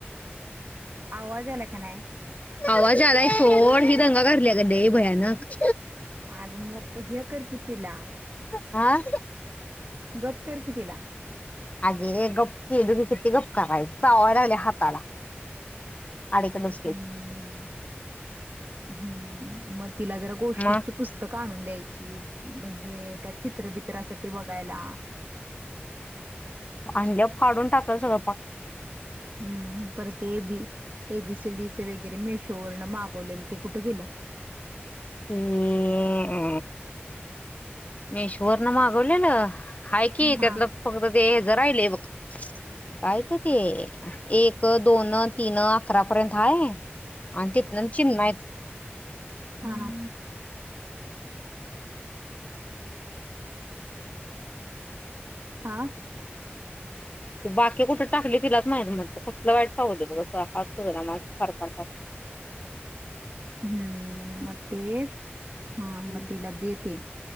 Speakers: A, on the right; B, on the left.
A: आवाज यालाय का नाही?
B: आवाज यालाय सो, ही दंगा करालीया ग लई भयानक
A: आग मग प हे कर की तिला
B: हा.
A: गप कर कि तीला
B: अगे गप्प केलो की, कीती गप करायच? चावाय लागली हाताला आलिकडच
A: हम्म हम्म मग तिला जरा गोष्टीची
B: मग
A: पुस्त क आणून द्यायची, म्हणजे त्यात चित्रबित्र असत्यात बघायला.
B: आणल्यावर फाडून टाकल सगळपाक.
A: हम्म परत ते ए बी एबीसीडीच वगैरे मेशो वरन मागवलेलं ते कुठे गेलं?
B: ह मेशोवर न मागवलेलं. हाय कि,
A: हा
B: त्यातलं फक्त ते हेज राहिलय बघ. काय ग! ते एक दोन तीन अकरा पर्यंत हाय आणि तिथनं चिन्ह हाय.
A: हा हा. हा.
B: क बाकी कुठ टाकली तिलाच माहिती, म्हणत कसलं वाईट चावलं बघ, हात फुगला सार सार
A: हम्म म तेच हा
B: हम्म
A: म तीला दे ते.